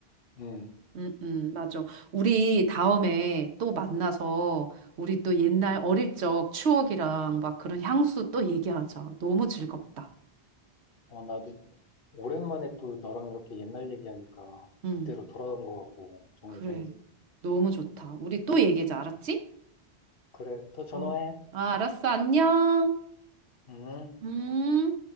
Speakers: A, on the left (about 60°); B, on the right (about 75°).
A: 음.
B: 음, 음, 맞아. 우리 다음에 또 만나서 우리 또 옛날 어릴 적 추억이랑 막 그런 향수 또 얘기하자. 너무 즐겁다.
A: 어, 나도 오랜만에 또 너랑 이렇게 옛날 얘기하니까
B: 음,
A: 그때로 돌아간 것 같고 정말
B: 그래.
A: 재밌어.
B: 너무 좋다. 우리 또 얘기하자. 알았지?
A: 그래, 또 전화해.
B: 어. 아, 알았어. 안녕.
A: 응.
B: 음.